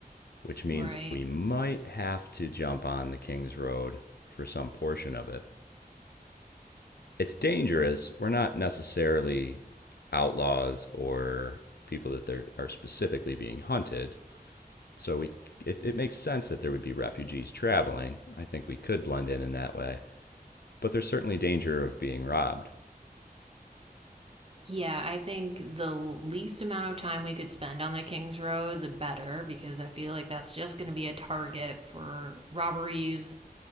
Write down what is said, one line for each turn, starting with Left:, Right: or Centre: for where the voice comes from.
Left: which means
Right: right?
Left: we might have to jump on the King's Road for some portion of it. It's dangerous. We're not necessarily outlaws or people that they're- are specifically being hunted. So we it, it makes sense that there would be refugees traveling. I think we could blend in in that way. But there's certainly danger of being robbed.
Right: Yeah, I think the least amount of time we could spend on the King's Road, the better, because I feel like that's just going to be a target for robberies